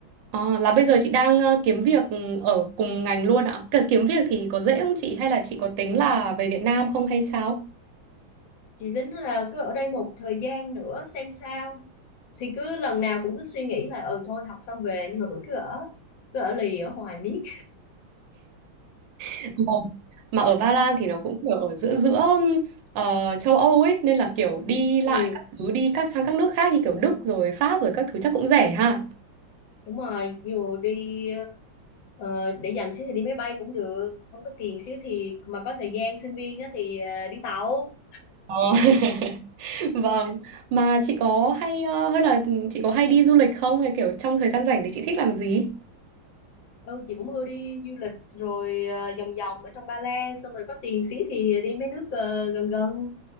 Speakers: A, on the right (about 70°); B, on the left (about 75°).
A: Ờ, là bây giờ chị đang ờ, kiếm việc ừ, ở cùng ngành luôn ạ. Cả Kiếm việc thì có dễ không chị hay là chị có tính là về Việt Nam không hay sao?
B: chị tính là cứ ở đây một thời gian nữa xem sao thì cứ lần nào cũng cứ suy nghĩ là ừ thôi học xong về nhưng mà vẫn cứ ở cứ ở lì ở hoài miết
A: Ờ, mà ở Ba Lan thì nó cũng kiểu ở giữa giữa ừm, ờ, châu Âu ấy nên là kiểu đi lại
B: ừ
A: các thứ đi các sang các nước khác như kiểu Đức rồi Pháp rồi các thứ chắc cũng rẻ ha.
B: đúng rồi dù đi ờ, để dành xíu thì đi máy bay cũng được không có tiền xíu thì mà có thời gian sinh viên á, thì ờ, đi tàu
A: Ờ. <laughs> Vâng, mà chị có hay ờ, hay là ừ, chị có hay đi du lịch không hay kiểu trong thời gian rảnh thì chị thích làm gì?
B: ừ, chị cũng ưa đi du lịch rồi ờ, vòng vòng ở trong Ba Lan xong rồi có tiền xíu thì đi mấy nước ờ, gần gần